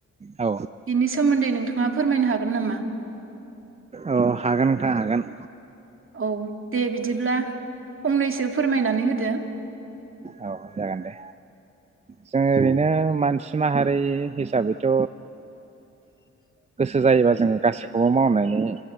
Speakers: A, on the right; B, on the right.
A: औ
B: बिनि सोमोनदै नोंथां ङा फोरमायनो हागोन नामा?
A: औ हागोन नोंथां हागोन।
B: औ दे बिदिब्ला फंनैसो फोरमायनानै हो दो।
A: औ जागोन दे जों ओरैनो मानसि माहारि हिसाबैथ' गोसो जायोबा जोङो गासिबखौबो मावनानै